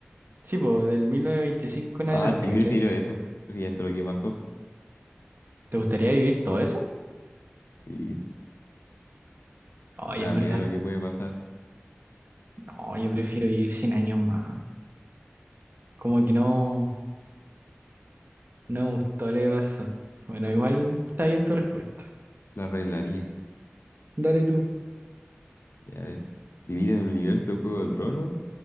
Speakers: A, on the right; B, on the left.
A: sí, pues del 1925 en
B: Ah,
A: adelante,
B: sí,
A: ¿cachai?
B: prefiero
A: Sí,
B: eso, porque ya sé lo que pasó.
A: ¿Te gustaría vivir todo eso?
B: Sí,
A: Ay,
B: me
A: en
B: da
A: verdad,
B: miedo lo
A: sí.
B: que puede pasar,
A: no, yo prefiero vivir 100 años más. Como que no, no me gustó lo que pasó. Bueno, igual está bien tu respuesta.
B: lo arreglaría.
A: Dale tú.
B: Ya, eh. ¿Vivir en el universo Juego de Tronos